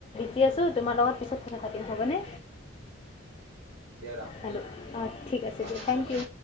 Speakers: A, on the left; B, on the right.
A: তি আছোঁ, তোমাৰ লগত পিছত কথা পাতিম হ'বনে?
B: দিয়া ৰাখো
A: হেল্ল',
B: দিয়া
A: অ' ঠিক আছে দিয়া,
B: ধন্যবাদ
A: থেংক ইউ।